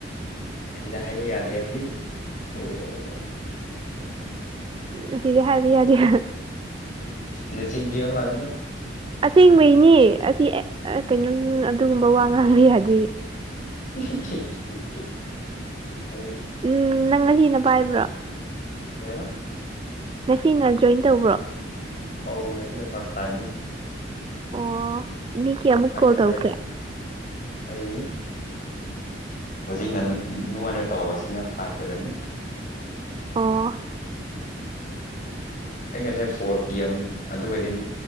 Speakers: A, on the left; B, on the right.
A: ꯑꯁꯤꯗ ꯍꯥꯏꯕ ꯌꯥꯗꯦ ꯍꯥꯏꯕꯅꯤ ꯑꯣ
B: ꯑꯁꯤꯗꯤ ꯍꯥꯏꯕ ꯌꯥꯗꯦ
A: ꯅꯥꯆꯤꯟ ꯊꯤꯕ ꯃꯥꯥꯜꯂꯤꯗꯥ
B: ꯑꯁꯦꯡꯕꯩꯅꯤ ꯑꯁꯤ ꯀꯩꯅꯣ ꯑꯗꯨꯒꯨꯝꯕ ꯋꯥ ꯉꯥꯡꯕ ꯍꯥꯏꯗꯤ
A: <unintelligible>
B: ꯎꯝ ꯅꯪ ꯉꯁꯤꯅ ꯄꯥꯏꯕ꯭ꯔꯣ
A: ꯀꯩ ꯍꯥꯢꯕ
B: ꯉꯁꯤꯅ ꯖꯣꯏꯟ ꯇꯧꯕ꯭ꯔꯣ
A: ꯑꯧ ꯉꯁꯤꯅ ꯐꯥꯔꯁ ꯇꯥꯏꯝꯅꯤ
B: ꯑꯣ <unintelligible>
A: ꯑꯩ ꯉꯁꯥꯢ
B: ꯇꯧꯈ꯭ꯔꯦ
A: ꯑꯩ ꯍꯧꯖꯤꯛꯅ ꯅꯨꯡꯉꯥꯏꯅ ꯇꯧꯕꯁꯤꯅ ꯐꯥꯏꯚ ꯑꯣꯏꯔꯝꯃꯤ
B: ꯑꯣ
A: ꯑꯩ ꯉꯁꯥꯏ ꯐꯣꯔ ꯄꯤ ꯑꯦꯝ ꯑꯗꯨꯗꯒꯤ